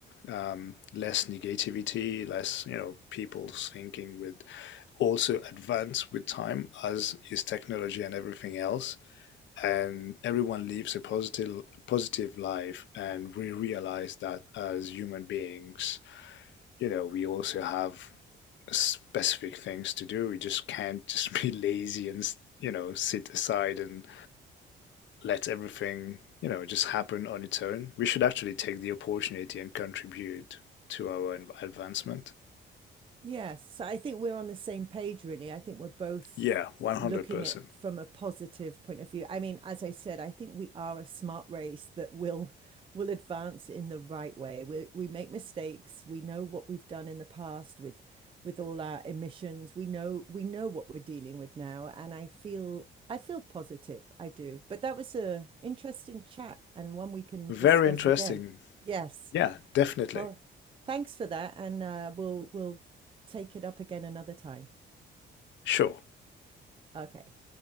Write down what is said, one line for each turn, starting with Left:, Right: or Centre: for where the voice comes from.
Left: um, less negativity, less, you know, people's thinking would also advance with time, as is technology and everything else. And everyone lives a positive positive life, and we realize that as human beings, you know, we also have specific things to do. We just can't <laughs> just be lazy and, you know, sit aside and let everything, you know, just happen on its own. We should actually take the opportunity and contribute to our advancement.
Right: Yes, so I think we're on the same page, really. I think we're both
Left: Yeah, 100%.
Right: looking at from a positive point of view. I mean, as I said, I think we are a smart race that will will advance in the right way. We we make mistakes. We know what we've done in the past with with all our emissions. We know we know what we're dealing with now, and I feel I feel positive. I do. But that was a interesting chat and one we can
Left: Very
Right: discuss
Left: interesting.
Right: again. Yes.
Left: Yeah, definitely.
Right: Well, thanks for that, and uh, we'll we'll take it up again another time.
Left: Sure.
Right: Okay.